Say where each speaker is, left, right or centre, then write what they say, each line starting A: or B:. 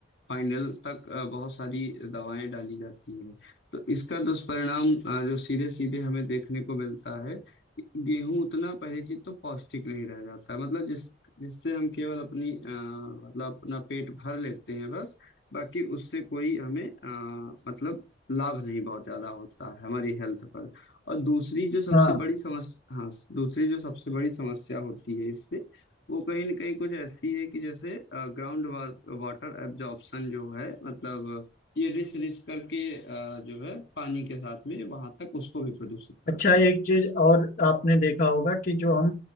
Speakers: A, on the left (about 60°); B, on the left (about 45°).
A: फाइनल तक अ, बहुत सारी दवाएं डाली जाती हैं तो इसका दुष्परिणाम अ, जो सीधे सीधे हमें देखने को मिलता है गेहूं उतना पहली चीज तो पौष्टिक नहीं रह जाता है मतलब जिस जिससे हम केवल अपनी अ, मतलब अपना पेट भर लेते हैं बस बाकी उससे कोई हमें अ, मतलब लाभ नहीं बहुत ज्यादा होता है हमारी हेल्थ पर और दूसरी जो सबसे
B: हाँ।
A: बड़ी समस्या हाँ दूसरी जो सबसे बड़ी समस्या होती है इससे वो कहीं ना कहीं कुछ ऐसी है कि जैसे ग्राउंड वाटर एब्जॉर्प्शन जो है मतलब ये रिस रिस करके अ, जो है पानी के साथ में वहां तक उसको भी प्रदूषित करते
B: अच्छा एक
A: हैं
B: चीज और आपने देखा होगा कि जो हम